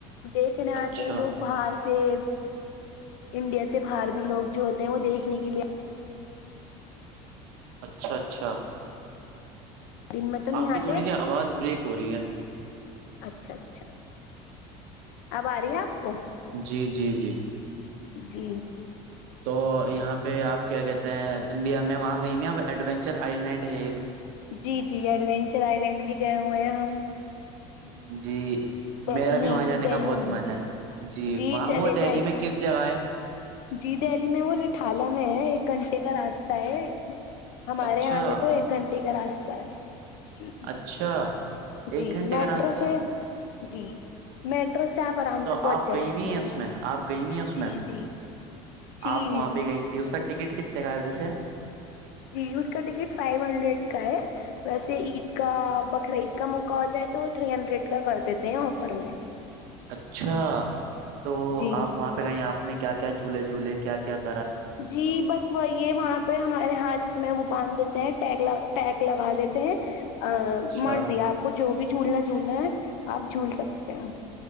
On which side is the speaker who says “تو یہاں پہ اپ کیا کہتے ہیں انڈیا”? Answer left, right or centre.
Right